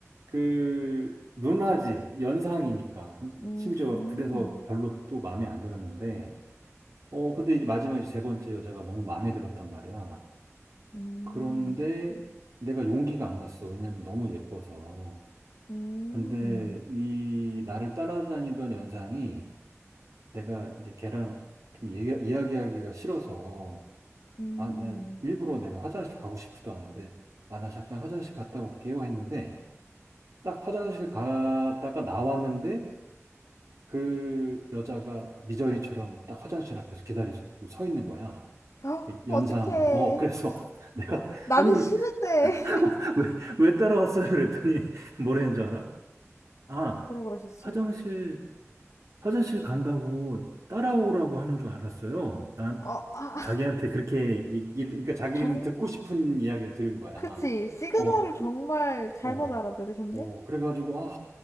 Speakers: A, on the right; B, on the left.
A: 그, 누나지, 연상이니까.
B: 음,
A: 심지어
B: 음,
A: 그래서 별로 또 마음에 안 들었는데. 어, 근데 이제 마지막에 세 번째 여자가 너무 마음에 들었단 말이야.
B: 음,
A: 그런데 내가 용기가 안 났어. 왜냐면 너무 예뻐서.
B: 음.
A: 근데 이 나를 따라다니던 연상이 내가 이제 걔랑 좀 얘기, 이야기하기가 싫어서
B: 음.
A: 아, 나 일부러 내가 화장실 가고 싶지도 않은데 아, 나 잠깐 화장실 갔다 올게요 했는데 딱 화장실 갔다가 나왔는데 그 여자가 미저리처럼 딱 화장실 앞에서 기다리고 서 있는 거야.
B: 헉,
A: 연상,
B: 어떡해.
A: 어, 그래서 <laughs> 내가,
B: 나는
A: 아니,
B: 싫을
A: <laughs>
B: 때.
A: 왜, 왜 따라왔어요? 그랬더니 뭐라는 줄 알아? 아,
B: 뭐라 그러셨어?
A: 화장실 화장실 간다고 따라오라고 하는 줄 알았어요. 난
B: 어, 아,
A: 자기한테 그렇게 얘기를, 그러니까 자기는
B: 정,
A: 듣고 싶은 이야기를 들은 거야.
B: 그치. 시그널을
A: 어,
B: 정말 잘못
A: 어,
B: 알아들으셨네?
A: 어. 그래가지고, 아,